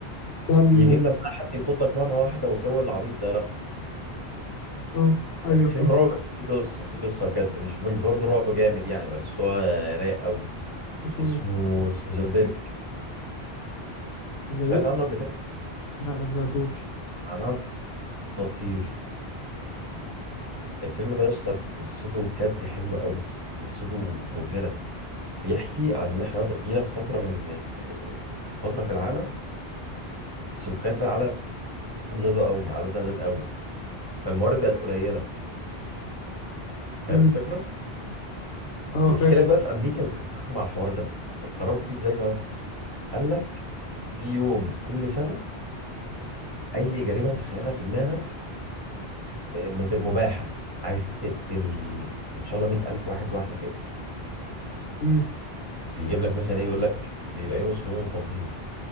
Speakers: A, on the left; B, on the right.
A: دمه
B: يجيب لك بقى حد يخضك مره واحده والجو العبيط ده لا
A: اه ايوه
B: يعني فيلم
A: آه.
B: رعب بس فيه قصه فيه قصه بجد مش مش برضه رعب جامد يعني بس هو رايق قوي
A: اسمه
B: اسمه
A: ايه؟
B: اسمه ذا بيرك
A: زبير؟
B: سمعت عنه قبل كده
A: لا ما سمعتوش
B: معناه تطهير الفيلم ده يا اسطى قصته بجد حلوه قوي قصته مبهره بيحكي عن ان احنا مثلا جينا في فتره من في فتره في العالم سكان العالم زادوا قوي عددنا زاد قوي فالموارد بقت قليله فاهم
A: امم
B: الفكره
A: اه
B: بيحكي
A: فاهم
B: لك بقى في امريكا ازاي اتصرفوا مع الحوار ده اتصرفوا فيه ازاي بقى قال لك في يوم كل سنه اي جريمه تتخيلها في دماغك آه، مت- مباحه عايز تقتل ان شاء الله 100000 واحد لوحدك اقتل
A: امم
B: بيجيب لك مثلا ايه يقول لك بيبقى يوم اسمه يوم التطهير